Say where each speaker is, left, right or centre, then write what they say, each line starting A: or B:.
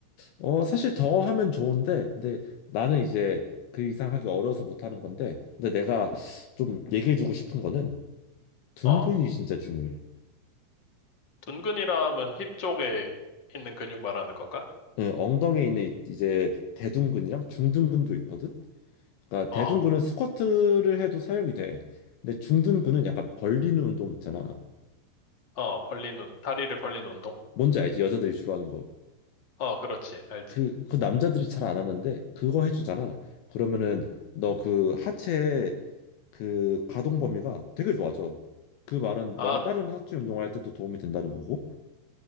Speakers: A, on the left; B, on the left.
A: 어 사실 더 하면 좋은데 근데 나는 이제 그 이상 하기 어려워서 못 하는 건데 근데 내가 좀 얘기해주고 싶은 거는 둔근이
B: 어.
A: 진짜 중요해.
B: 둔근이라면 힙 쪽에 있는 근육 말하는 건가?
A: 예, 엉덩이에 있는 이- 제 대둔근이랑 중둔근도 있거든. 그러니까
B: 어.
A: 대둔근은 스쿼트를 해도 사용이 돼. 근데 중둔근은 약간 벌리는 운동 있잖아.
B: 어, 벌리는, 다리를 벌리는 운동?
A: 뭔지 알지? 여자들이 주로 하는 거.
B: 어, 그렇지. 알지.
A: 그, 그 남자들이 잘 안 하는데 그거 해주잖아. 그러면은 너 그 하체의 그 가동 범위가 되게 좋아져. 그 말은
B: 아,
A: 너가 다른 하체 운동할 때도 도움이 된다는 거고.